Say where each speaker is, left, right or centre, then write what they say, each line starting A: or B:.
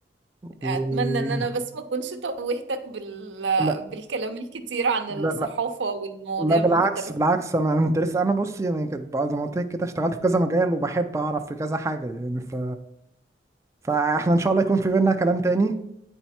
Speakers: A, on the right (about 15°); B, on the right (about 85°).
A: و
B: أتمنى إن أنا بس ما أكونش توهتك بال...
A: لا
B: بالكلام الكتير عن
A: لا
B: الصحافة
A: لا
B: والمواضيع
A: لا بالعكس
B: المختلفة
A: بالعكس انا انت لسه انا بصي يعني كنت بقى زي ما قلت لك كده اشتغلت في كذا مجال وبحب اعرف في كذا حاجه يعني ف فاحنا ان شاء الله يكون في بينا كلام تاني